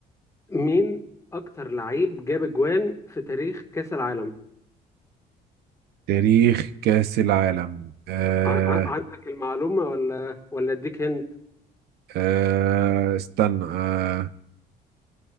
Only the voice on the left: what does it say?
مين اكتر لعيب جاب اجوان في تاريخ كأس العالم
عن- عن- عندك المعلومة ولا ولا اديك هنت